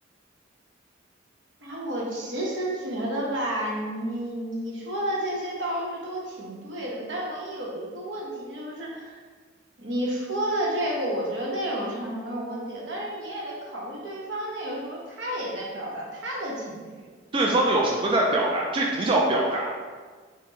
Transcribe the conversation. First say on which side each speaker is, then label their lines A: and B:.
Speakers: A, on the right; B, on the right.
A: 然后我其实觉得吧，你你说的这些倒是都挺对的，但我也有一个问题，就是你说的这个，我觉得内容上是没有问题的，但是你也得考虑对方那个时候他也在表达他的情绪，
B: 对方有什么在表达？这不叫表达，